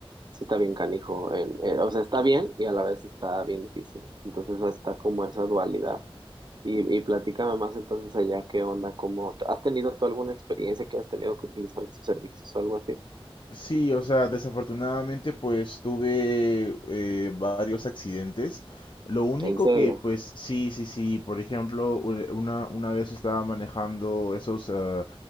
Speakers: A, on the right (about 45°); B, on the left (about 50°).
A: sí está bien canijo. en- eh, o sea, está bien y a la vez está bien difícil. Entonces está como esa dualidad. Y, y platícame más entonces allá qué onda, cómo, ¿has tenido tú alguna experiencia que has tenido que utilizar estos servicios o algo así?
B: Sí, o sea, desafortunadamente pues tuve eh, varios accidentes. Lo único
A: ¿En serio?
B: que pues sí, sí, sí, por ejemplo, u- una, una vez estaba manejando esos ah,